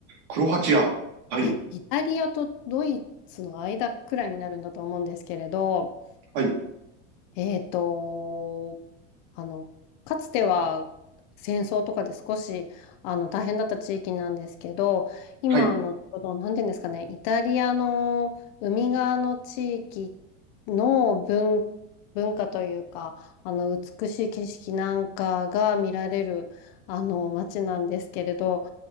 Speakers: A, on the right; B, on the left.
A: クロアチア。
B: えっと、
A: はい。
B: はい。イタリアとドイツの間くらいになるんだと思うんですけれど、
A: はい。
B: えっと、あの、かつては戦争とかで少しあの大変だった地域なんですけど、今、
A: はい。
B: あの、ちょうど、なんていうんですかね、イタリアの海側の地域の文、文化というか、あの、美しい景色なんかが見られる、あの、街なんですけれど、